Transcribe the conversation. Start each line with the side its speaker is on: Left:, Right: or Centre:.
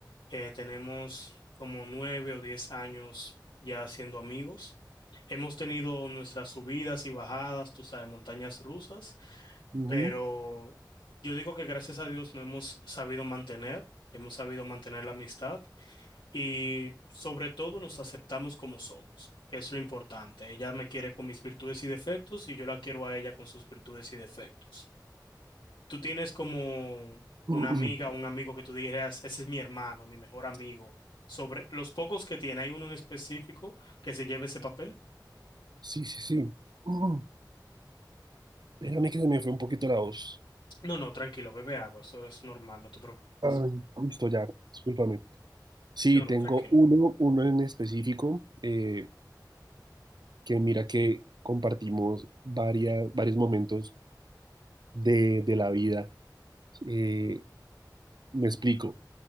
Left: Eh, tenemos como nueve o diez años ya siendo amigos. Hemos tenido nuestras subidas y bajadas, tú sabes, montañas rusas,
Right: Ujú.
Left: pero yo digo que gracias a Dios no hemos sabido mantener, hemos sabido mantener la amistad y sobre todo nos aceptamos como somos, que es lo importante. Ella me quiere con mis virtudes y defectos y yo la quiero a ella con sus virtudes y defectos tú tienes como
Right: <clears throat>
Left: una amiga o un amigo que tú dijeras, ese es mi hermano, mi mejor amigo. Sobre los pocos que tiene, ¿hay uno en específico que se lleve ese papel?
Right: Sí, sí, sí. <clears throat> Espérame que se me fue un poquito la voz.
Left: No, no, tranquilo, bebe agua, eso es normal, no te preocupes.
Right: Ay, Listo, ya, discúlpame. Sí,
Left: No, no,
Right: tengo
Left: tranquilo.
Right: uno, uno en específico, eh, que mira que compartimos varias, varios momentos de, de la vida. Eh, me explico.